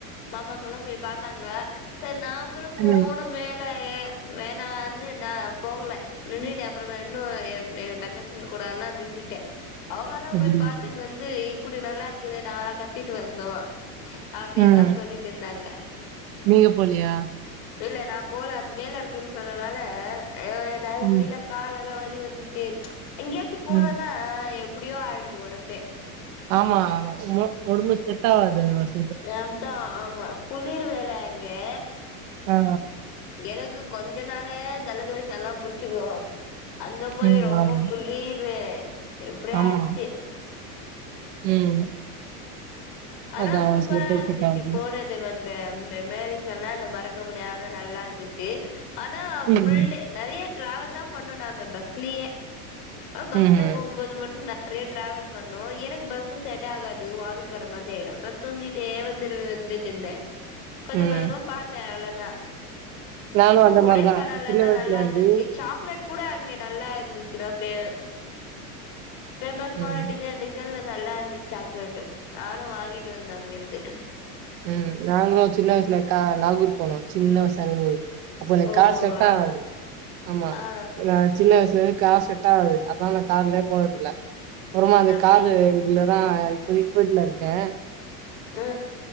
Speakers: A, on the left (about 75°); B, on the right (about 60°).
A: மாமாங்க ல்லா போய் பாத்தாங்கள செரி நாமளு போனு
B: ம்
A: மேல வேணானு நா போகல நின்னுட்டே அப்பறமா இன்னு எ எ தங்க ச்சிங்க கூட ல்லா நின்னுட்டே அவுங்க எல்லா
B: அப்படியா?
A: போய் பாத்துட்டு வந்து இப்டி நல்லா இருக்குது நாங்கல்லா கத்திட்டு வந்தோ அப்டியெல்லா
B: ம்
A: சொல்லிட்டு இருந்தாங்க
B: நீங்க போலயா
A: இல்ல நா போல அது மேல இருக்குன்னு சொன்னனால அய்யோ என்னால
B: ம்
A: முடில கால் எல்லா வலி வந்துச்சு எங்கேயாச்சு போனதா
B: ம்
A: எப்டியோ ஆயிடுது ஒடம்பே
B: ஆமா ஒங்களோ ஒடம்பு செட் ஆவாது அது வர்ஸ்
A: நெப்தா ஆமா குளிர் வேல அங்கே
B: ஆ
A: எனக்கு கொஞ்ச நாளே ஜலதோஷல்லா புடிச்சுக்கு அங்க போயி
B: ம்
A: ரொம்ப
B: ஆமா
A: குளிரு எப்டியே
B: ஆமா
A: ஆயிச்சு
B: ம்
A: ஆனா
B: அதா
A: சூப்பரா
B: ஒரு சில பேருக்கு
A: இருந்துச்சு
B: செட் ஆகுது
A: போனது ந்த வந்த மெமரிஸ் எல்லா மறக்க முடியாத நல்லா இருந்துச்சு ஆனா
B: ம்
A: ஃபுல்டே நெறைய டிரராவல் தா பண்ணோ நா அந்த பஸ்லயே ஆ பஸ்ல
B: ம்
A: போபோது மட்டு ட நெறைய டிராவல் பண்ணோ எனக்கு பஸ்சு செட் ஆகாது வாமிட் வர மாரி யே ஆயிடு நா தூங்கிட்டே வந்துடு வந்துட்டுந்தே கொஞ்ச
B: ம்
A: கொஞ்சமா பாத்தே அவ்ளோதா
B: நானு
A: ஆ
B: அந்த
A: கொடைக்கானல்லா
B: மாரிதா சின்ன வயசுல
A: நல்லா
B: இருந்து
A: இருந்துச்சி சாக் லேட் கூட அங்க நல்லா இருந்துச்சுனா ஃபே ஃபேமஸ் மாரி
B: ம்
A: டிசைன் டி டிசைன் நல்லா இருந்துச்ச சாக்லேட்டு நானு வாங்கிட்டு வந்தே அங்கேருந்து
B: ம் நாங்களு சின்ன வயசுல கா நாகூர் போனோ சின்ன வயசு இருக்கு போது அப்ப எனக்கு
A: ஓமோவா
B: கார் செட்டா ஆகாது ஆமா
A: ஆ
B: நா சின்ன வயசுல இருந்து கார் செட் டாகது அதா கார்லயே போனதில்ல அப்பறமா அந்த
A: அப்டிங்களா
B: காரு இதுலதா இப்பதைக்கு ஃபில்லா ருக் கே
A: அ